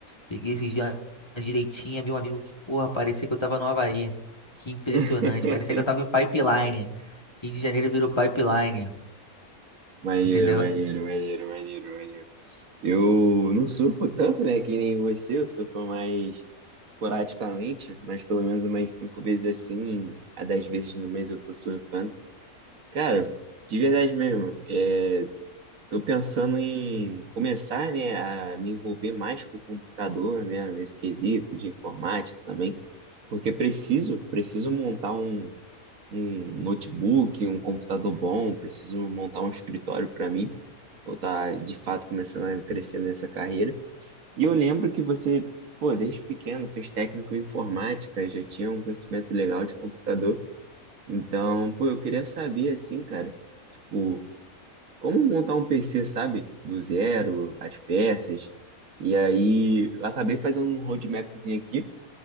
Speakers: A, on the left; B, on the right.
A: Peguei esses dias uma direitinha, meu amigo, que porra, parecia que eu tava no Havaí. Que impressionante,
B: <laughs>
A: parecia que eu tava em pipeline. Rio de Janeiro virou pipeline,
B: Maneiro,
A: entendeu?
B: maneiro, maneiro, maneiro, maneiro. Eu não surfo tanto, né? Que nem você, eu surfo mais esporadicamente, mas pelo menos umas cinco vezes assim, a dez vezes no mês eu tô surfando. Cara, de verdade mesmo, é, Estou pensando em começar, né, a me envolver mais com o computador, né, nesse quesito de informática também, porque preciso, preciso montar um, um notebook, um computador bom, preciso montar um escritório para mim, ou tá de fato começando a crescer nessa carreira. E eu lembro que você, pô, desde pequeno fez técnico em informática, já tinha um conhecimento legal de computador. Então, pô, eu queria saber assim, cara, tipo, como montar um PC, sabe? Do zero, as peças. E aí eu acabei fazendo um roadmapzinho aqui